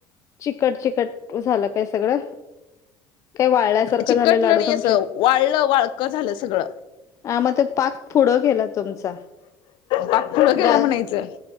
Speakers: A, on the left; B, on the left.
A: चिकट, चिकट झालं काय सगळं काय वाळल्यासारखं
B: चिकटलणी
A: झालं लाडू तुमचे
B: असं वाळलं वाळक झालं सगळं
A: ह मग ते पाक पुढं केेला तुमचा
B: पाक पुढं गेलं
A: जा
B: म्हणायचं